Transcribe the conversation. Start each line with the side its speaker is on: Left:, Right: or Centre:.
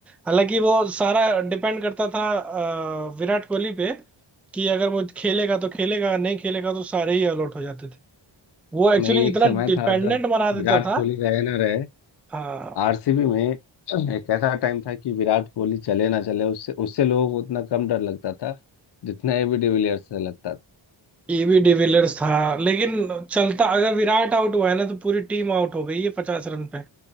Centre: हालांकि वो सारा डिपेंड करता था अ, विराट कोहली पे कि अगर वो खेलेगा तो खेलेगा नहीं खेलेगा तो सारे ही आउट हो जाते थे वो एक्चुअली
Left: नहीं एक
Centre: इतना
Left: समय
Centre: डिपेंडेंट
Left: था जब
Centre: बना देता
Left: विराट
Centre: था
Left: कोहली रहे ना रहे
Centre: हाँ
Left: आरसीबी में एक ऐसा टाइम था कि विराट कोहली चले ना चले उससे उससे लोगों को उतना कम डर लगता था जितना एबी डिविलियर्स से लगता
Centre: ईबी डिविलियर्स था लेकिन चलता अगर विराट आउट हुआ है ना तो पूरी टीम आउट हो गई है पचास रन पे